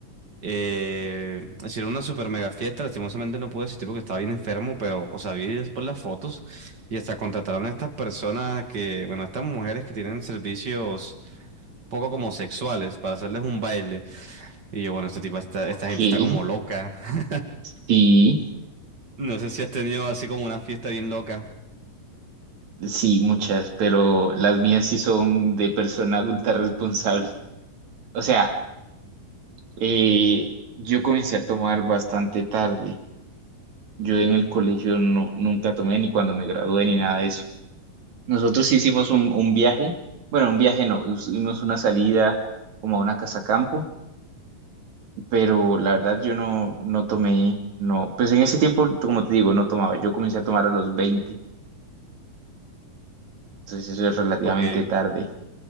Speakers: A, on the right (about 35°); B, on the right (about 55°).
A: eh, hicieron una super mega fiesta. Lastimosamente no pude asistir porque estaba bien enfermo, pero, o sea, vi después las fotos y hasta contrataron a estas personas que, bueno, estas mujeres que tienen servicios poco como sexuales para hacerles un baile. Y yo, bueno, este tipo, esta,
B: ok,
A: esta gente
B: <laughs>
A: está como loca. <laughs>
B: sí,
A: No sé si has tenido así como una fiesta bien loca.
B: sí, muchas, pero las mías sí son de persona adulta responsable. O sea, eh, yo comencé a tomar bastante tarde. Yo en el colegio no, nunca tomé ni cuando me gradué ni nada de eso. Nosotros sí hicimos un, un viaje, bueno, un viaje no, hicimos una salida como a una casa campo, pero la verdad yo no, no tomé, no, pues en ese tiempo, como te digo, no tomaba. Yo comencé a tomar a los 20. Entonces eso es relativamente
A: Ok. Pero
B: tarde.